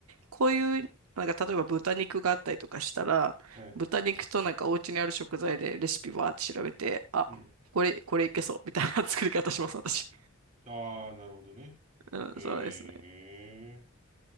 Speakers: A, on the right (about 80°); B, on the right (about 35°).
A: こういう、なんか例えば豚肉があったりとかしたら、
B: はい。
A: 豚肉となんかお家にある食材でレシピわーって調べて、あ、
B: うん。
A: これ、これいけそう、みたいな作り方します、私。
B: ああ、なるほどね。
A: うん、
B: ええ
A: そうですね。